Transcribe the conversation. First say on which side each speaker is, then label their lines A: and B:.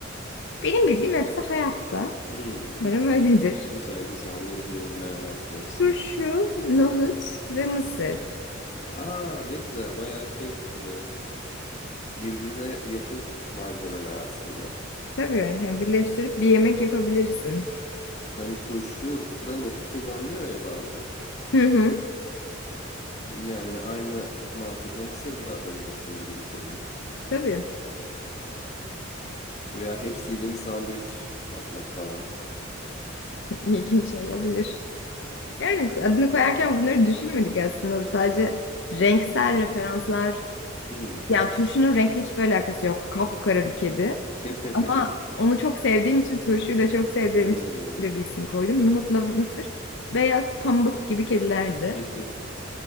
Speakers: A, on the left; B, on the left.
A: Benim bildiğim hepsi hayatta.
B: Hmm.
A: Umarım öyledir.
B: Güzel güzel. Allah uzun ömürler versin hepsine.
A: Turşu, nohut ve mısır.
B: Aa, ne güzel. Bayağı şey e, birbirine yakın malzemeler aslında.
A: Tabii yani birleştirip bir yemek yapabilirsin.
B: Hani turşuda nohut kullanılıyor ya bazen.
A: Hı hı.
B: Yani aynı mantıkla mısır da atabilirsin gibi düşündüm.
A: Tabii
B: Veya hepsiyle bir sandviç yapmak falan.
A: <laughs> ilginç olabilir. Yani adını koyarken bunları düşünmedik aslında. Sadece renksel referanslar.
B: Hmm.
A: Yani turşunun renkli hiçbir alakası yok. Kapkara bir kedi.
B: <laughs>
A: Ama onu çok sevdiğim için, turşuyu da çok sevdiğim
B: Hmm.
A: için böyle bir isim koydum. Nohutla mısır beyaz pamuk gibi kedilerdi.
B: <laughs>